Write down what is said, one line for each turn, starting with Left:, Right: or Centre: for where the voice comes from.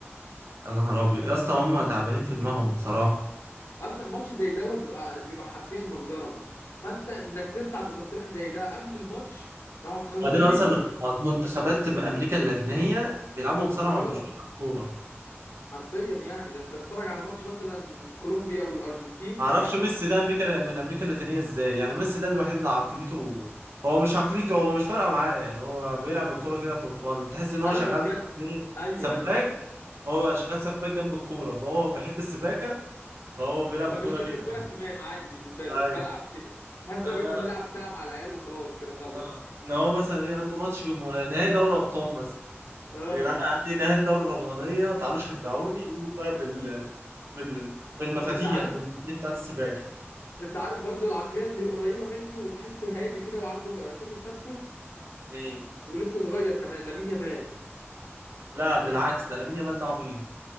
Right: يا نهار ابيض يا اسطى هم تعبانين في دماغهم بصراحه
Left: اصلا ماتش زي دوت بيبقى بيبقى حرفيا مجزره فانت انك تطلع بتصريح زي ده قبل الماتش راحوا مخسرينه
Right: وبعدين اصلا منتخبات امريكا اللاتينيه بيلعبوا مصارعه
Left: اه
Right: مش بيلعبوا كوره
Left: حرفيا يعني ده انت تتفرج على ماتش مثلا كولومبيا والارجنتين
Right: ما اعرفش ميسي
Left: هت-
Right: ده امريكا من امريكا اللاتينيه ازاي يعني ميسي ده الوحيد اللي عقليته هو مش عقليته هو مش فارقه معاه يعني هو بيلعب الكوره كده فور فان تحس ان هو
Left: ايوه
Right: شغال
Left: بجد
Right: اتنين-
Left: ايوه
Right: سباك
Left: ايوه
Right: هو شغال سباك جنب الكوره فهو بيحب السباكه فهو بيلعب
Left: فمش
Right: الكوره
Left: مدي
Right: كده
Left: الكوره اهتمام عادي بالنسبه له
Right: أيوه.
Left: بلعب كده تحس
Right: آه،
Left: انه بينزل
Right: بقى-
Left: يلعب ساعه مع العيال وخلاص كده خلص
Right: آه، ان هو مثلا ايه عنده ماتش جم- نهائي دوري ابطال مثلا
Left: اه
Right: يا جدعان عندي نهائي الدوري الرمضانيه تعالوا شجعوني يجوا بقى بال... بال... بالمفاتيح
Left: انت عارف
Right: بالمفاتيح بتاعت السباكه
Left: انت عارف برضو العقليه اللي قريبه منه وتحسه هادي كده وعنده ثقه في نفسه
Right: مين
Left: ولسه صغير كمان لامين يامال
Right: لا بالعكس ده لامين يامال ده عبيط